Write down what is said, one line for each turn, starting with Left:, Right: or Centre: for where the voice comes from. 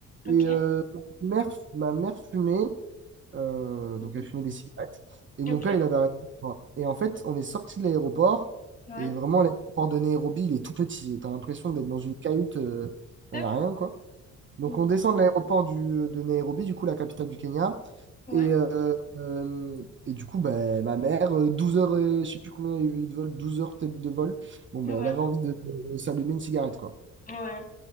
Left: Ok.
Right: Et euh, ma mère, ma mère fumait, euh, donc
Left: Mhm.
Right: elle fumait des cigarettes. Et mon
Left: Ok.
Right: père, il avait arrêté. Voilà. Et en fait, on est sorti de l'aéroport.
Left: Ouais.
Right: Et vraiment, l'aéroport de Nairobi, il est tout petit. T'as l'impression d'être dans une cahute, euh,
Left: D'accord.
Right: il n'y a rien, quoi. Donc
Left: Mhm.
Right: on descend de l'aéroport du- de Nairobi, du coup la capitale du Kenya.
Left: Ouais.
Right: Et, euh, euh, et du coup, ben, ma mère, euh, 12 heures, euh, je sais plus combien il y a eu de vol, 12 heures peut-être de vol, bon,
Left: Ouais.
Right: ben, elle avait envie de, de s'allumer une cigarette, quoi.
Left: Ouais.